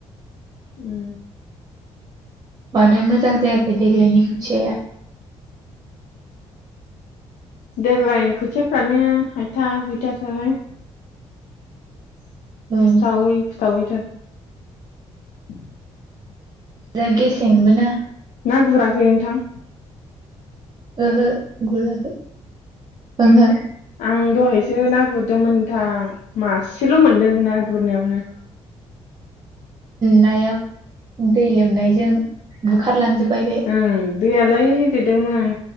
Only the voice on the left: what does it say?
उम
देग्लाय खोथियाफ्रानो हायथा हायथा हुयथा थारहाय। <unintelligible>
<unintelligible> <inaudible>
ना गुराखै नोंथां?
ओं दहायसो ना गुरदोंमोन नोंथां मासेल' मोनदों ना गुरनायावनो।
ओं दैयालाय देरदोंमोन